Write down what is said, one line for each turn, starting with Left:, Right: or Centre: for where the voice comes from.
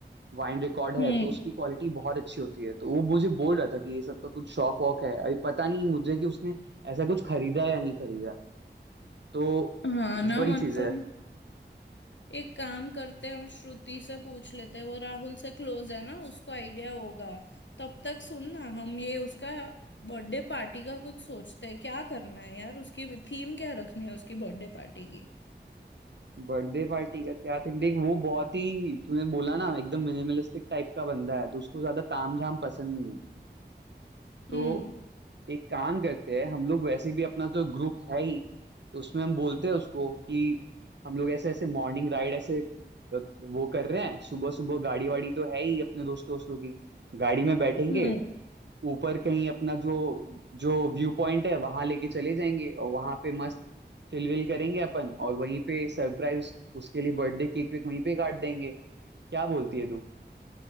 Right: वाइन रिकॉर्ड है
Left: हम्म
Right: तो उसकी क्वालिटी बहुत अच्छी होती है तो वो मुझे बोल रहा था कि ये सब का कुछ शौक वॉक है अभी पता नहीं मुझे कि उसने ऐसा कुछ खरीदा या नहीं खरीदा तो
Left: हाँ ना
Right: वही
Left: मतलब
Right: चीज है
Left: एक काम करते हैं हम श्रुति से पूछ लेते हैं वो राहुल से क्लोज है ना उसको आइडिया होगा तब तक सुन ना हम ये उसका बर्थडे पार्टी का कुछ सोचते हैं क्या करना है यार उसकी थीम क्या रखनी है उसकी बर्थडे पार्टी की
Right: बर्थडे पार्टी का क्या थीम देख वो बहुत ही तूने बोला ना एकदम मिनिमलिस्टिक टाइप का बंदा है तो उसको ज्यादा तामझाम पसंद नहीं है तो
Left: हम्म
Right: एक काम करते हैं हम लोग वैसे भी अपना जो ग्रुप है ही तो उसमें हम बोलते हैं उसको कि हम लोग ऐसे ऐसे मॉर्निंग राइड ऐसे अ, वो कर रहे हैं सुबह सुबह गाड़ी वाड़ी तो है ही अपने दोस्त दोस्तों की गाड़ी में बैठेंगे
Left: हम्म
Right: ऊपर कहीं अपना जो जो व्यू पॉइंट है वहां लेके चले जाएंगे और वहां पे मस्त चिलविल करेंगे अपन और वहीं पे सरप्राइज उसके लिए बर्थडे केक वेक वहीं पे काट देंगे क्या बोलती है तू